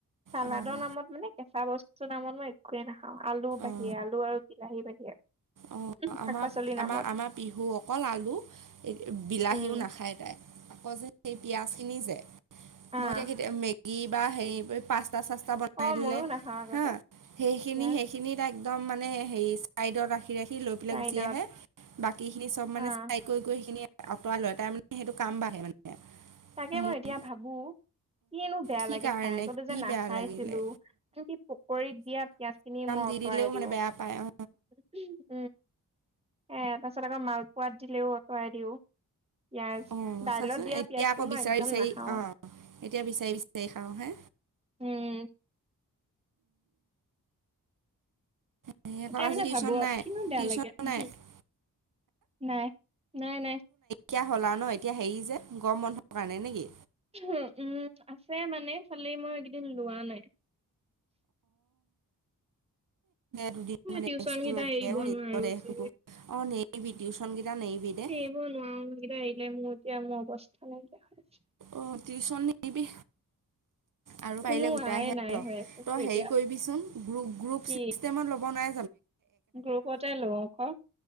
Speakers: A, on the right; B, on the right.
A: চালাদৰ
B: অঁ
A: নামত মানে কেঁচা বস্তুৰ নামত মই একোৱয়ে নাখাওঁ আলু বাহিৰে
B: অঁ
A: আলু আৰু বিলাহী বাহিৰে
B: অঁ
A: শাক
B: আমাৰ
A: পাচলিৰ নামত
B: আমাৰ আমাৰ বিহু অকল আলু বিলাহীও
A: উম
B: নাখায় তাই। আকৌ যে সেই পিয়াজ খিনি যে
A: আহ
B: মই এতিয়া কেতি মেগী বা সেই পাচ- চাস্তা চাস্তা বনাই
A: অ
B: দিলে
A: ময়ো নাখাওঁ আগতে
B: হা, সেইখিনি
A: ইয়াত
B: -সেইখিনি তাক একদম মানে হেৰি ছাইডত ৰাখি ৰাখি লৈ পেলাই
A: চাইডত
B: গুচি আহে, বাকীখিনি চব মানে
A: আহ
B: চাই কৈ কৈ সেইখিনি আঁতৰা লয় তাৰ মানে সেইটো কাম বাঢ়ে মানে।
A: তাকে
B: মোক
A: মই এতিয়া ভাবো কিয়েনো বেয়া
B: কি
A: লাগে
B: কাৰণে
A: খাই আকতো
B: কি
A: যে নাখাইছিলো
B: বেয়া লাগিলে
A: আনি পকৰীত দিয়া পিয়াজ খিনি মই
B: দিদিলেও
A: অঁতৰাই দিওঁ
B: মানে বেয়া পায় অ
A: <unintelligible> এ তাৰপিছত আকৌ মালপোৱাত দিলেও আঁতৰাই দিওঁ। পিয়াজ
B: অঁ
A: দাইলত
B: চাচোন
A: দিয়া
B: এতিয়া
A: পিয়াজটো
B: আকৌ
A: মই
B: বিচাৰি
A: একদম
B: বিচাৰি
A: নাখাওঁ
B: অঁ
A: আ
B: এতিয়া বিচাৰি বিচাৰি খাও হে।
A: উম
B: হেৰি আকৌ
A: এতিয়া
B: আজি
A: মানে
B: টিউশ্যন
A: ভাবো আৰু
B: নাই
A: কিনো বেয়া
B: টিউশ্যন
A: লাগে উ
B: নাই
A: হম নাই নাই নাই
B: এতিয়া হ'ল আও ন এতিয়া হেৰি যে গম বন্ধৰ কাৰণে নেকি।
A: উ উম আছে মানে খালি মই এইকেইদিন লোৱা নাই।
B: দুদিন মান
A: টিউচন
B: ৰেষ্টটো
A: কেইটা
B: লাগে
A: এৰিব
B: অ নিজৰ
A: নোৱাৰো
B: দেহটোকো
A: যে
B: অ নেৰিবি টিউচন কেইটা নেৰিবি দে
A: এইবোৰ নোৱাৰো এইকেইটা এৰিলে মোৰ এতিয়া মোৰ অৱস্থা নাইকিয়া হৈ আছে।
B: অ টিউচন নেইবি আৰু
A: কোনো
B: পাৰিলে গোটাই
A: আয়
B: হে
A: নাই
B: ল
A: হৈ আছে
B: ত
A: মোৰ
B: হেৰি
A: এতিয়া
B: কৰিবি চোন গ্ৰুপ
A: কি
B: চিষ্টেমত ল'ব নাই
A: গ্ৰুপতে লওঁ ক